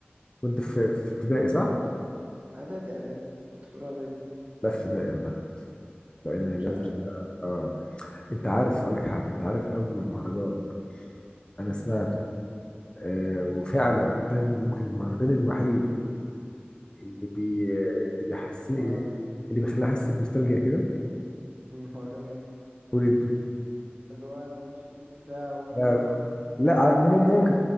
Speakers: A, on the left; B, on the right.
A: كنت في في ابتدائي صح؟
B: اعدادي اعدادي كنت في اولى اعدادي
A: لا في ابتدائي اعتقد لان هي
B: مش
A: نازله
B: عارف
A: اه انت عارف اقول لك حاجه انت عارف اول مهرجان انا سمعته آه وفعلا ده يمكن المهرجان الوحيد اللي بي اللي بيحسني
B: مهرجان
A: اللي بيخليني احس بنوستالجيا كده
B: مم، مهرجان ايه
A: قول انت
B: اللي هو انا ماشي في ايدي ساعة وبجيب
A: لا
B: <laughs>
A: لا
B: مهرجان
A: على- مم-
B: السلام
A: ممكن